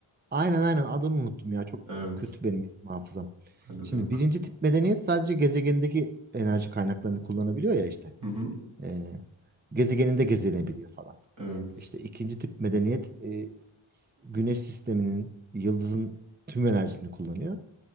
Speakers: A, on the right; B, on the right.
A: Aynen aynen adını unuttum ya. Çok
B: Evet.
A: kötü benim isim hafızam.
B: Bende
A: Şimdi
B: de yok.
A: birinci tip medeniyet sadece gezegenindeki enerji kaynaklarını kullanabiliyor ya işte.
B: Hı hı.
A: Ee, gezegeninde gezinebiliyor falan.
B: Evet.
A: İşte ikinci tip medeniyet e, güneş sisteminin, yıldızın tüm enerjisini kullanıyor.